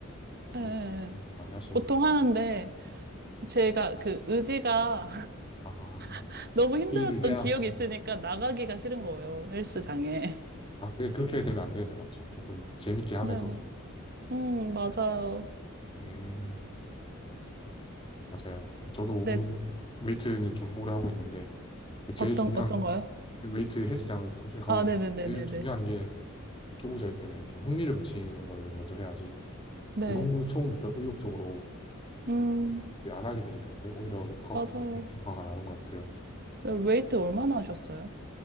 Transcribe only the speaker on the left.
보통
많이 하시니까.
아,
일을를 해야.
음.
아, 그게 그렇게 되면 안 되는데, 맞죠. 조금 재밌게 하면서.
해야 돼요. 음, 맞아요. 저도
운동, 웨이트는 좀 오래 하고 있는데, 제일
중요한,
웨이트 헬스장을 꾸준히 가고
있는데,
제일 중요한 게 초보자일 때는 좀 흥미를 붙이는 거를 먼저 해야지.
너무 처음부터 의욕적으로
안 하게 되니까 그게 오히려 역학,
역효과가 나는 것 같아요.